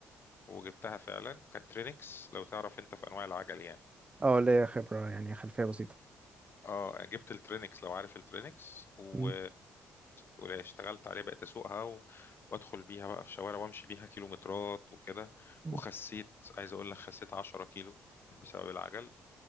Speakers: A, on the left; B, on the right.
A: وجبتها فعلا كانت ترينكس لو تعرف أنت في أنواع العجل يعني
B: اه ليا خبرة يعني خلفية بسيطة
A: اه يعني جبت الترينكس لو عارف الترينكس و...
B: مم.
A: واشتغلت عليه بقيت اسوقها و... وادخل بيها بقى في شوارع وامشي بيها كيلومترات وكده
B: مم.
A: وخسيت عايز اقول لك خسيت 10 كيلو بسبب العجل